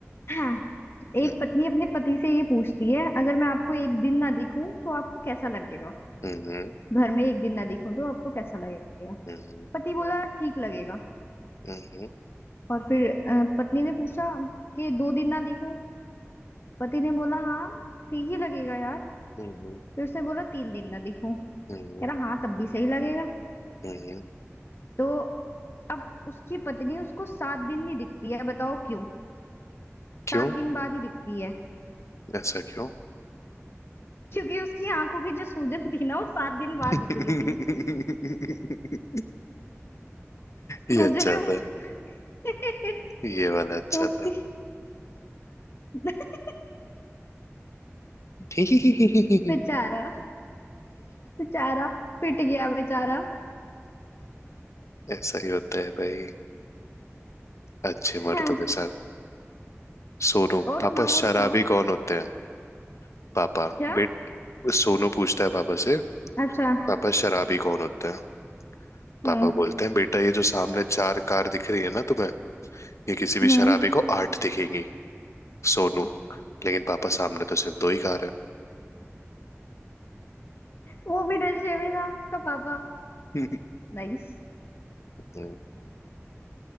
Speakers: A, on the left; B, on the left.
A: हाँ एक
B: हम्म
A: पत्नी अपने पति से ये पूछती है अगर मैं आपको एक दिन ना दिखूं तो आपको कैसा लगेगा
B: हम्म
A: घर में एक दिन ना दिखूं तो आपको कैसा लगेगा
B: हम्म
A: पति बोला ठीक लगेगा
B: हम्म
A: और फिर अ, पत्नी ने पूछा कि दो दिन ना दिखूं पति ने बोला हाँ ठीक ही लगेगा यार
B: हम्म
A: फिर उसने बोला तीन दिन ना दिखूं
B: हम्म
A: कह
B: हम्म।
A: रहा हाँ तब भी सही लगेगा
B: हम्म।
A: तो अब उसकी पत्नी उसको सात दिन नहीं दिखती है बताओ क्यों
B: क्यों
A: सात दिन बाद ही दिखती है
B: ऐसा क्यों
A: क्योंकि उसकी आंखों की जो सूजन थी ना वो सात दिन बाद
B: <laughs>
A: उतरी थी
B: ये
A: समझ
B: अच्छा
A: रहे हो
B: था
A: <laughs>
B: ये वाला अच्छा
A: तो उसकी
B: था
A: <laughs>
B: <laughs>
A: बेचारा बेचारा पिट गया बेचारा
B: ऐसा ही होता है भाई अच्छे
A: हाँ,
B: मर्दों के साथ सोनू
A: और सुनाओ
B: पापा शराबी
A: और सुनाओ
B: कौन होते हैं पापा
A: क्या
B: बेट सोनू पूछता है पापा से
A: अच्छा
B: पापा शराबी कौन होते हैं पापा
A: हम्म
B: बोलते हैं बेटा ये जो सामने चार कार दिख रही है ना तुम्हें ये किसी भी
A: हम्म
B: शराबी को आठ दिखेंगी सोनू लेकिन पापा सामने तो सिर्फ दो ही कार है
A: वो भी नशे में था उसका पापा
B: <laughs>
A: नाइस
B: हम्म,